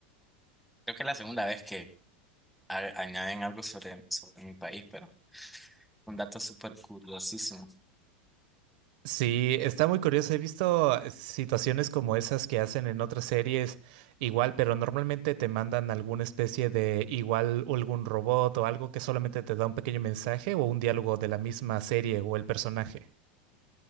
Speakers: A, in the centre; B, on the right.
A: Creo que es la segunda vez que a- añaden algo sobre, sobre mi país, pero un dato súper curiosísimo.
B: Sí, está muy curioso. He visto situaciones como esas que hacen en otras series igual, pero normalmente te mandan alguna especie de igual algún robot o algo que solamente te da un pequeño mensaje o un diálogo de la misma serie o el personaje.